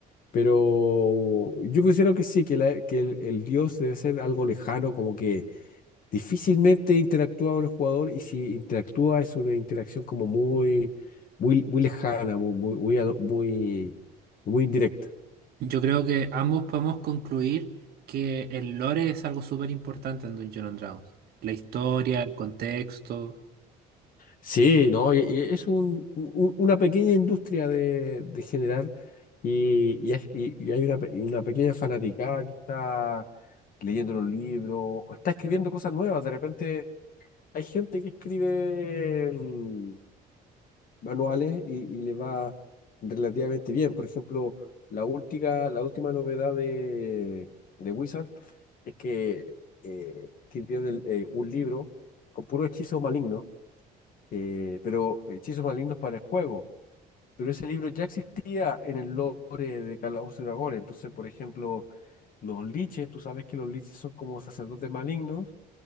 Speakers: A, on the left (about 55°); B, on the right (about 65°).
A: pero yo considero que sí, que, la- que el, el dios debe ser algo lejano, como que Difícilmente interactúa con el jugador y si interactúa es una interacción como muy, muy, muy lejana, muy, muy, muy, ado- muy, muy indirecta.
B: Yo creo que ambos podemos concluir que el lore es algo súper importante en Dungeon and Dragons. La historia, el contexto.
A: Sí, no, y- y es un- un- una pequeña industria de, de generar y, y hay y- y hay una, pe- una pequeña fanaticada que está leyendo los libros, o está escribiendo cosas nuevas. De repente hay gente que escribe mm, manuales y, y le va relativamente bien. Por ejemplo, la última, la última novedad de, de Wizard es que eh, escribió del- eh, un libro con puros hechizos malignos, eh, pero hechizos malignos para el juego. Pero ese libro ya existía en el lore de Calabozos y Dragones. Entonces, por ejemplo, los liches, tú sabes que los liches son como sacerdotes malignos